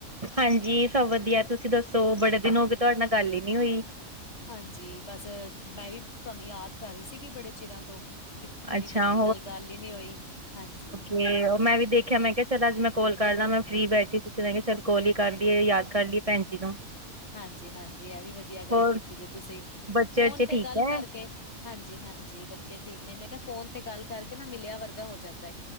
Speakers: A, on the right; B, on the left.
A: ਹਾਂਜੀ, ਸਭ ਵਧੀਆ, ਤੁਸੀਂ ਦੱਸੋ? ਬੜੇ ਦਿਨ ਹੋ ਗਏ ਤੁਹਾਡ ਨਾਲ ਗੱਲ ਹੀ ਨੀ ਹੋਈ।
B: ਹਾਂਜੀ, ਬਸ। ਮੈਂ ਵੀ, ਤੁਹਾਨੂੰ ਯਾਦ ਕਰ ਰਹੀ ਸੀਗੀ ਬੜੇ ਚਿਰਾਂ ਤੋਂ। ਕੀ, ਮੇਰੀ
A: ਅੱਛਾ,
B: ਭੈਣ ਜੀ ਨਾਲ ਗੱਲ ਹੀ ਨੀ ਹੋਈ। ਹਾਂਜੀ।
A: ਤੇ, ਉਹ ਮੈਂ ਵੀ ਦੇਖਿਆ, ਮੈਂ ਕਿਹਾ ਚੱਲ ਅੱਜ ਮੈਂ ਕੋਲ ਕਰਲਾਂ ਮੈਂ ਫ੍ਰੀ ਬੈਠੀ ਸੀ, ਤੇ ਮੈਂ ਕਿਹਾ ਚੱਲ ਕੋਲ ਈ ਕਰ ਲਈਏ, ਯਾਦ ਕਰ ਲੀਏ। ਭੈਣਜੀ ਨੂੰ।
B: ਹਾਂਜੀ-ਹਾਂਜੀ, ਐ ਵੀ ਵਧੀਆ ਗੱਲ
A: ਹੋਰ
B: ਕੀਤੀ ਜੇ ਤੁਸੀਂ,
A: ਬੱਚੇ
B: ਫੋਨ
A: ਬੱਚੇ
B: ਤੇ
A: ਠੀਕ
B: ਗੱਲ
A: ਹੈ?
B: ਕਰਕੇ ਹਾਂਜੀ-ਹਾਂਜੀ, ਬੱਚੇ ਠੀਕ ਨੇ, ਮੈਂ ਕਿਹਾ ਫੋਨ ਤੇ ਗੱਲ ਕਰਕੇ ਨਾ ਮਿਲਿਆ ਵਰਗਾ ਹੋ ਜਾਂਦਾ ਏ।